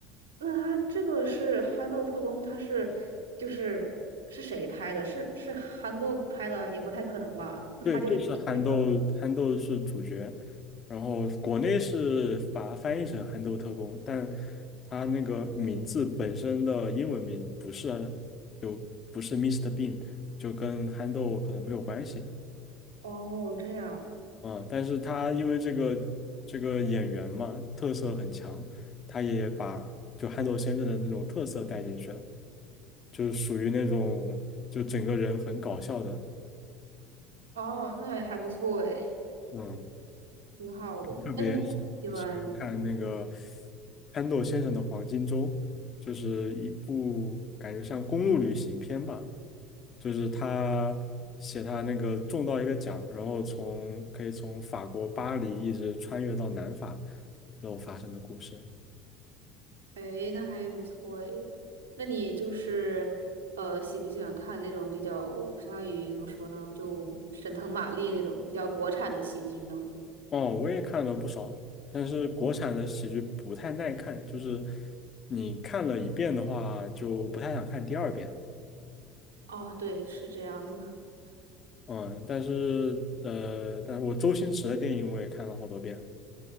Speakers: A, on the right; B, on the left.
A: 那他这个是憨豆特工，他是就是是谁拍的？是是憨豆拍的，也不太可能吧？那他就是跟那个
B: 对，就是憨豆，憨豆是主角，然后国内是把它翻译成《憨豆特工》，但他那个名字本身的英文名不是就不是 Mr. i s t e Bean，就跟憨豆可能没有关系。
A: 哦，这样
B: 嗯，但是他因为这个这个演员嘛，特色很强，他也把就憨豆先生的那种特色带进去了，就是属于那种就整个人很搞笑的，
A: 哦，那还不错诶，
B: 嗯，
A: 挺好的。
B: 特别
A: 那你喜欢？
B: 喜欢看那个憨豆先生的《黄金周》，就是一部感觉像公路旅行片吧，就是他写他那个中到一个奖，然后从可以从法国巴黎一直穿越到南法，然后发生的故事。
A: 哎，那还不错哎。那你就是呃，喜不喜欢看那种比较相当于怎么说呢，就沈腾、马丽那种比较国产的喜剧呢？
B: 哦，我也看了不少，但是国产的喜剧不太耐看，就是你看了一遍的话，就不太想看第二遍了
A: 哦，对，是这样的。<laughs>
B: 嗯，但是呃，但是我周星驰的电影我也看了好多遍，